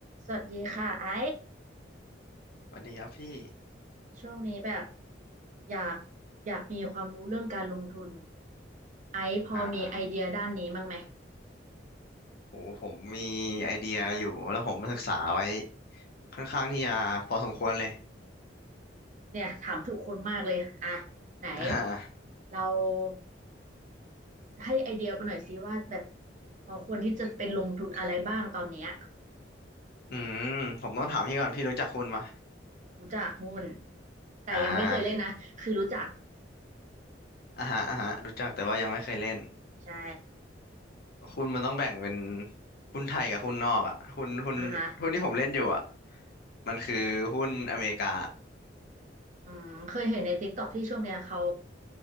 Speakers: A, on the right (about 40°); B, on the left (about 55°).
A: สวัสดีค่ะไอ้
B: สวัสดีครับพี่
A: ช่วงนี้แบบอยากอยากมีความรู้เรื่องการลงทุนไอ้พอมีไอเดียด้านนี้บ้างไหม
B: อ่าอ่าโหผมมีไอเดียอยู่แล้วผมมาศึกษาไว้ค่อนข้างที่จะพอสมควรเลย
A: เนี่ยถามทุกคนมากเลยอ่ะไหน
B: <laughs> อ่า
A: เราให้ไอเดียไปหน่อยซิว่าแบบพอควรที่จะไปลงทุนอะไรบ้างตอนเนี้ย
B: อืมผมต้องถามพี่ก่อนพี่รู้จักคุณปะ
A: รู้จักหุ้นแต่ยังไม่เคยเล่นนะคือรู้จัก
B: อ่าอ่าฮะอ่าฮะรู้จักแต่ว่ายังไม่เคยเล่น
A: ใช่
B: คุณมันต้องแบ่งเป็นหุ้นไทยกับหุ้นนอกอ่ะหุ้นหุ้นหุ้นที่ผมเล่นอยู่อ่ะ
A: อ่ะฮะ
B: มันคือหุ้นอเมริกา
A: อืมเคยเห็นใน t i k ตอ k ที่ช่วงเนี้ยเขา